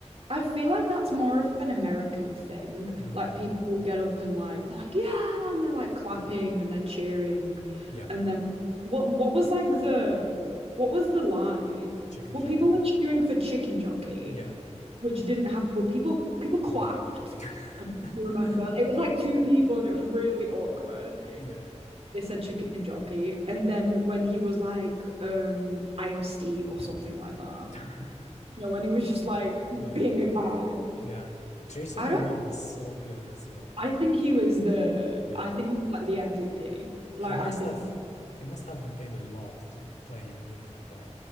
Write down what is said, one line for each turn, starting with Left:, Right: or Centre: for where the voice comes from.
Right: I feel like that's more of an American thing.
Left: Mm.
Right: Like people who get up and like they're like, yeah, and they're like clapping and they're cheering.
Left: Yeah.
Right: And then what what was like the what was the line?
Left: Chicken
Right: Well,
Left: jockey.
Right: people were cheering for chicken jockey,
Left: Yeah.
Right: which didn't happen, but people people clapped.
Left: <laughs>
Right: I don't know if you remember. It was like two people and it was really awkward.
Left: Yeah.
Right: They said chicken jockey. And then when he was like, um, I am Steve or something like that.
Left: <laughs>
Right: You know, when he was just like
Left: Yeah.
Right: being a guy.
Left: Yeah. Jason
Right: I
Left: Momoa
Right: don't
Left: was so good as well.
Right: I think he was the
Left: Yeah.
Right: I think he was like the MVP.
Left: He
Right: Like
Left: must
Right: I think
Left: have he must have been paid a lot to play in a movie like that.